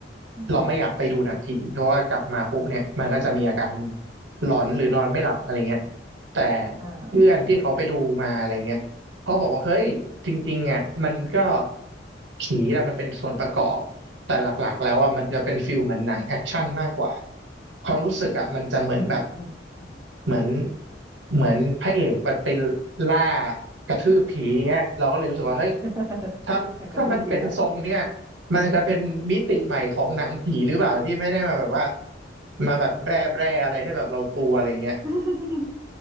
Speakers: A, on the right; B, on the right.
A: อืม
B: เราไม่อยากไปดูหนังผีเพราะว่ากลับมาปุ๊บเนี่ยมันก็จะมีอาการหลอนหรือนอนไม่หลับอะไรเงี้ยแต่
A: อ่า
B: เพื่อนที่เขาไปดูมาอะไรเงี้ยเขาบอกว่าเฮ้ยจริงๆอ่ะมันก็
A: ใช่ใช่
B: ผีแหละมันเป็นส่วนประกอบแต่หลักๆแล้วอ่ะมันจะเป็นฟิลเหมือนหนังแอคชั่นมากกว่าความรู้สึกอ่ะมันจะเหมือนแบบ
A: อืมอืม
B: เหมือนเหมือนพระเอกมันไปล่ากระทืบผีเงี้ยเราก็เลยรู้สึกว่าเฮ้ย
A: <laughs>
B: ถ้าถ้ามันเป็นทรงเนี่ย
A: กระทืบผีแล้ว
B: มันอาจจะเป็นมิติใหม่ของหนังผีหรือเปล่าที่ไม่ได้มาแบบว่ามาแบบแบร่แบร่อะไรให้แบบเรากลัวอะไรเงี้ย
A: <laughs>